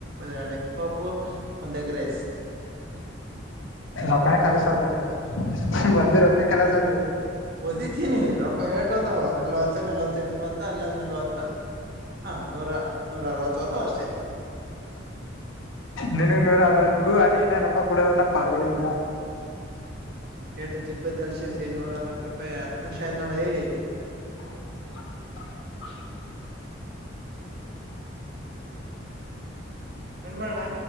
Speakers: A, on the right; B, on the left.
A: ಎರಡು ಎಗ್ ಪುಫ್ ಒಂದು ಎಗ್ ರೈಸ್
B: ನಾವು ಕಾಲೇಜ್ ಗೆ ಅಡ್ಜಸ್ಟ್ ಆಗಬೇಕು ಒಂದೇ ರೊಕ್ಕ ಕಾಲೇಜು ಅದು
A: ಹೊದಿತೀನಿ ರೊಕ್ಕ ಏಟುತ ನಲವತ್ತು ನಲವತ್ತು ಎಂಬತ್ತು ಅಲ್ಲಿ ಒಂದು ನಲವತ್ತು ಹಾ ನೂರ ನೂರ ಅರವತ್ತು ಅಷ್ಟೆ
B: ನಿನಗ್ ನೂರ ಅರವತ್ತು ಅಲ್ಲಿ ಇನ್ನ ರೊಕ್ಕ ಕೊಡೋದಲ್ಲ ಪಾರ್ಗೊಳ್ಳಳಿಗನ
A: ಎಟು ಜಿಬ್ಬದ ಅಲ್ ಶೆಫಿ ನೂರಅರವತ್ ರೂಪಾಯಿ ಹತ್ ನಿಮಿಷ ಆಯ್ತ ನೋಡ್ ಹೇ
B: <inaudible>
A: ಏನ್ ಮಾಡಲ್ಲ